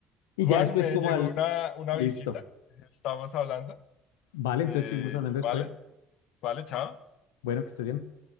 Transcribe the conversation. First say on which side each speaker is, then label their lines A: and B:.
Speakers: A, on the left; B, on the left.
A: Y
B: Juan,
A: ya después
B: me
A: como
B: llegó
A: al,
B: una, una
A: listo,
B: visita, estamos hablando.
A: vale,
B: Eh,
A: entonces seguimos hablando
B: vale,
A: después.
B: vale, chao.
A: Bueno, que estés bien.